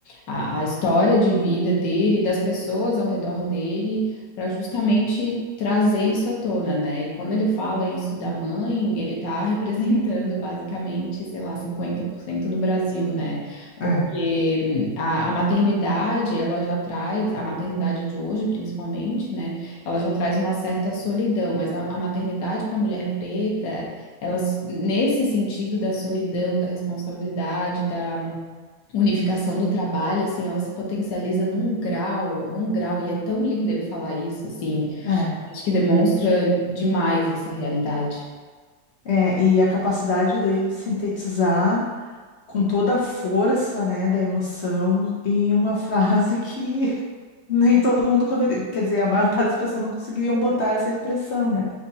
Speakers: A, on the left; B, on the left.
A: a, a história de vida dele, das pessoas ao redor dele, para justamente trazer isso à tona, né? E quando ele fala isso da mãe, ele tá <laughs> representando basicamente, sei lá, 50% do Brasil, né? Porque
B: é,
A: hum, a, a maternidade, ela já traz, a maternidade de hoje, principalmente, né? Ela já traz uma certa solidão, mas a, a maternidade para a mulher preta, ela, se- nesse sentido da solidão, da responsabilidade, da unificação do trabalho, assim, ela se potencializa num grau, num grau, e é tão lindo ele falar isso, assim,
B: é,
A: acho que demonstra demais essa realidade.
B: é. E a capacidade dele de sintetizar com toda a força, né, da emoção em uma <laughs> frase que Nem todo mundo, poderia- quer dizer, a maior <laughs> parte das pessoas não conseguiriam botar essa expressão, né?